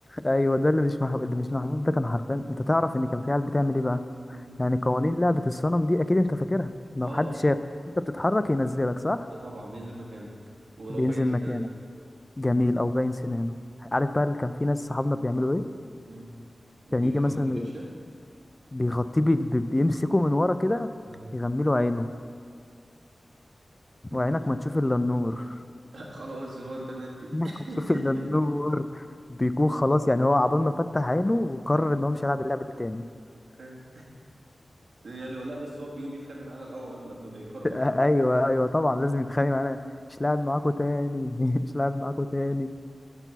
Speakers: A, on the left (about 20°); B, on the right (about 80°).
A: ايوه ده اللي مش محبوب اللي مش محبوب ده كان حرفيا انت تعرف ان كان في عيال بتعمل ايه بقى
B: مم.
A: يعني قوانين لعبه الصنم دي اكيد انت فاكرها لو
B: اه
A: حد
B: اه
A: شاف انت بتتحرك ينزلك صح
B: ده طبعا ينزل مكانك ولو
A: بينزل
B: باين سنانه
A: مكانك جميل او باين سنانه عارف بقى اللي كان في ناس صحابنا بيعملوا ايه
B: مم. بيغطيه
A: كان يجي مثلا
B: بتيشيرت
A: بيغطيه بي... بي- بيمسكه من ورا كده
B: آه.
A: يغمله عينه
B: مم.
A: وعينك ما تشوف الا النور
B: <laughs> خلاص الواد ده مات كده
A: عينك
B: <laughs>
A: ما تشوف الا النور بيكون خلاص يعني هو عبال ما فتح عينه وقرر
B: مم.
A: ان هو مش هيلعب اللعبه دي تاني
B: ها. يعني لا بس هو بيقوم يتخانق معانا الاول قبل قبل ما يقرر انه
A: ايوه
B: مش هيعمل
A: ايوه طبعا لازم يتخانق معانا مش لاعب معاكو تاني <laughs> مش لاعب معاكو تاني